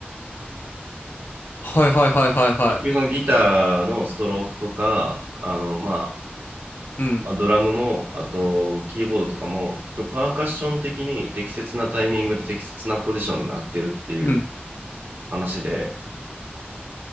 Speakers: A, on the left; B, on the right.
A: はいはいはいはいはい。
B: 結局そのギターのストロークとか、あの、ま
A: うん。
B: あ、ドラムも、あと、キーボードとかも、結局パーカッション的に適切なタイミングで適切なポジションになってるっていう
A: うん。
B: 話で、